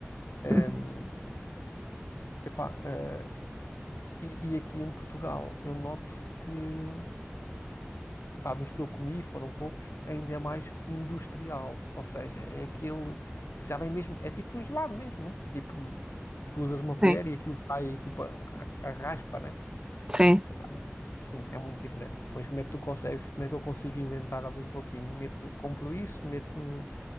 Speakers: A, on the left (about 65°); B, on the right (about 20°).
A: Em,
B: uhum,
A: epá, eh, e, e aqui em Portugal eu noto que. pá, dos que eu comi, foram poucos, ainda é mais industrial. Ou seja, é aquele que já vem mesmo, é tipo um gelado mesmo, não é? Tipo, tu usas uma
B: sim,
A: colher e aquilo sai tipo a, a raspa, né?
B: sim,
A: Epá, Sim, é muito diferente. Pois como é que tu consegues, como é que eu consigo inventar ali um pouquinho? Meto, compro isso, meto